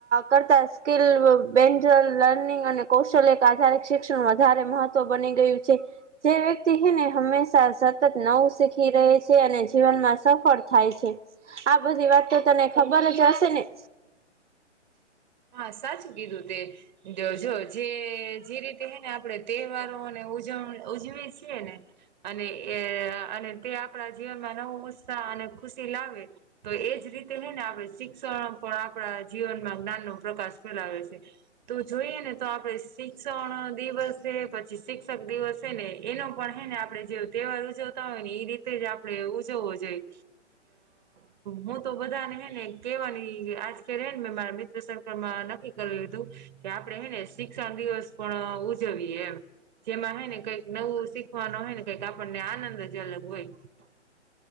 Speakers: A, on the right; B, on the right.
A: કરતા સ્કીલ બેન્જર લર્નિંગ અને કૌશલ એક આધાર શિક્ષણ વધારે મહત્વ બની ગયું છે. જે વ્યક્તિ એને હંમેશા સતત નવું શીખી રહે છે અને જીવનમાં સફળ થાય છે. આ બધી વાત તો તને ખબર જ હશે ને
B: હા સાચું કીધું તે જો જો જે જે રીતે હે ને આપણે તહેવારોને ઉજવ ઉજવી છીએ ને અને એ અને તે આપણા જીવનમાં નવો ઉત્સાહ અને ખુશી લાવે તો એજ રીતે હ ને આપણે શિક્ષણ પણ આપણા જીવનમાં જ્ઞાનનો પ્રકાશ ફેલાવે છે. તો જોઈએ ને તો આપડે શિક્ષણ દિવસ છે પછી શિક્ષક દિવસ ને એનો પણ હે ને આપડણે જે તહેવાર ઉજવતા હોય ને એ રીતે જ આપડણે ઉજવવો જોઈએ હું તો બધા ને હે ને કેવાની આજ કેે ને મે મારા મિત્ર સર નક્કી કરી લીધું કે આપડણે હે ને શિક્ષણ દિવસ પણ ઉજવીએ એમ જેમાં હય ને કંઈક નવું શીખવાનું હોય ને કઈક આપણને આનંદ જ અલગ હોય